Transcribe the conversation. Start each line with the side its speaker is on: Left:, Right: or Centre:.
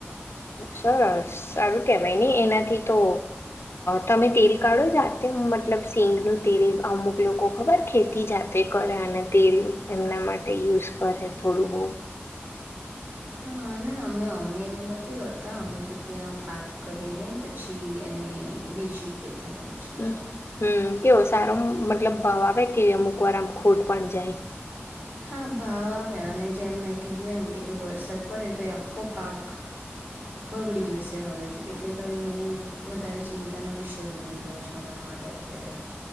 Left: સર સારું કેહેવાય ને એનાથી તો તમે તેલ કાઢો જાતે મતલબ સિંગનું તેલ અમુક લોકો ખબર ખેતી જાતે કરે અને તેલ એમના માટે યુઝ કરે થોડું બહ
Right: હ ના અમે અમે એવું નથી કરતા અમે તો ત્યાં પાાર્ક કરીને પછી એને વેચી જ દેતા હોઈએ છીએ
Left: હમ
Right: ડાયરેક્ટ.
Left: કેવ સારો મતલબ ભાવ આવે એ અમુક વાર આમ ખોટ પણ જાય
Right: હા ભાવ આવે અને જેમ મેં કીધું એમ કે જો વરસાદ પડે તો એ આખો પાક બગડી જશે હવે જ એટલે તો એ બહુ વધારે ચિંતાનો વિષય બની ગયો છે અમારા માટે અત્યારે